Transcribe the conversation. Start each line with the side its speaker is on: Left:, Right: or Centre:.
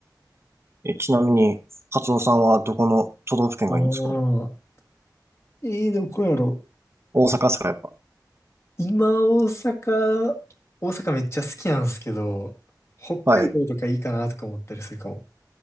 Right: え、ちなみに、カツオさんはどこの都道府県がいいんですか
Left: ああ、えー、どこやろ。
Right: 大阪ですか、やっぱ。
Left: 今、大阪、大阪めっちゃ好きなんですけど、北海道とかいいかなとか思ったりするかも。
Right: はい。